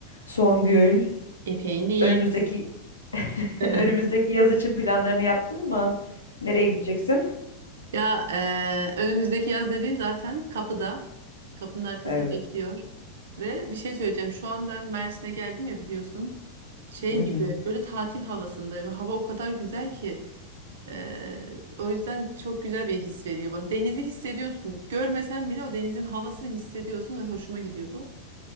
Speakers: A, on the left; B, on the right.
A: Songül,
B: Epeğin değil.
A: önümüzdeki <laughs>
B: <laughs>
A: önümüzdeki yaz için planlarını yaptın mı? Nereye gideceksin?
B: Ya eee, önümüzdeki yaz dediğin zaten kapıda. Kapının arkasında
A: Evet.
B: bekliyor. Ve bir şey söyleyeceğim. Şu an ben Mersin'e geldim ya biliyorsun. Şey
A: Hı hı.
B: gibi böyle tatil havasındayım. Hava o kadar güzel ki. eee, o yüzden çok güzel bir his veriyor bana. Denizi hissediyorsun. Görmesen bile o denizin havasını hissediyorsun ve hoşuma gidiyor bu.